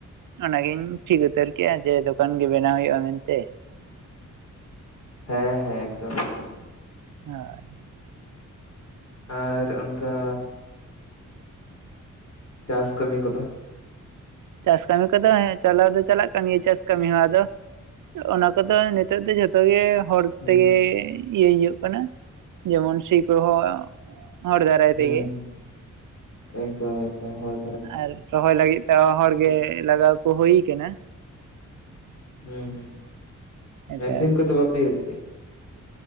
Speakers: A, on the right; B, on the left.
A: ᱚᱱᱟᱜᱤᱧ ᱴᱷᱤᱠ ᱩᱛᱟᱹᱨ ᱡᱮ ᱫᱚᱠᱟᱱ ᱜᱮ ᱦᱩᱭᱩᱜᱼᱟ ᱢᱮᱱᱛᱮ᱾
B: ᱦᱮᱸ ᱦᱮᱸ ᱮᱠᱫᱚᱢ ᱮᱠᱫᱚᱢ
A: ᱟᱭ᱾
B: ᱟᱨ ᱚᱱᱠᱟ ᱪᱟᱥ ᱠᱟᱹᱢᱤ ᱠᱚᱫᱚ?
A: ᱪᱟᱥ ᱠᱟᱹᱢᱤ ᱠᱚᱫᱚ ᱮᱸ ᱪᱟᱞᱟᱣ ᱫᱚ ᱪᱟᱞᱟᱜ ᱠᱟᱱ ᱜᱮᱭᱟ ᱪᱟᱥ ᱠᱟᱹᱢᱤ ᱦᱚᱸ ᱟᱫᱚ ᱚᱱᱟ ᱠᱚᱫᱚ ᱱᱮ ᱛᱚᱜ ᱫᱚ ᱡᱷᱚᱛᱚ ᱜᱮ ᱦᱚᱲ
B: ᱦᱩᱸ
A: ᱛᱮᱜᱮ
B: ᱦᱩᱸ
A: ᱤᱭᱟᱹᱭ ᱦᱩᱭᱩᱜ ᱠᱟᱱᱟ ᱡᱮᱢᱚᱱ ᱥᱤ ᱠᱚᱦᱚᱸ ᱦᱚᱲ ᱫᱟᱨᱟᱭ
B: ᱦᱩᱸ,
A: ᱛᱮᱜᱮ
B: ᱮᱠᱫᱚᱢ ᱮᱠᱫᱚᱢ ᱦᱚᱭ
A: ᱟᱨ ᱨᱚᱦᱚᱭ ᱞᱟᱹᱜᱤᱜ ᱛᱮᱦᱚ ᱦᱚᱲᱜᱮ ᱞᱟᱜᱟᱣ ᱠᱚ ᱦᱩᱭ ᱠᱟᱱᱟ᱾
B: ᱩᱸ ᱦᱩᱸ᱾
A: <unintelligible>
B: ᱢᱮᱥᱤᱱ ᱠᱚᱫᱚ ᱵᱟᱯᱮ ᱤᱭᱩᱡᱽ ᱜᱮᱭᱟ